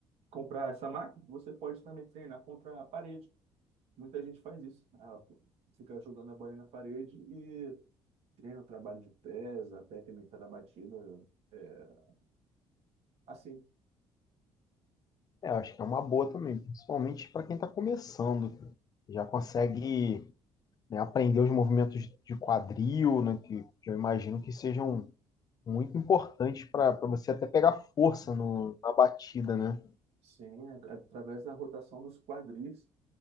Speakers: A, on the right; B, on the left.
A: comprar essa máquina, você pode também treinar contra a parede. Muita gente faz isso. Ah, pô, fica jogando a bola na parede e treina o trabalho de pés, a técnica da batida, é, assim.
B: é, eu acho que é uma boa também, principalmente para quem está começando. Já consegue, né, aprender os movimentos de quadril, né, que que eu imagino que sejam muito importante para você até pegar força no, na batida, né?
A: Sim, é através da rotação dos quadris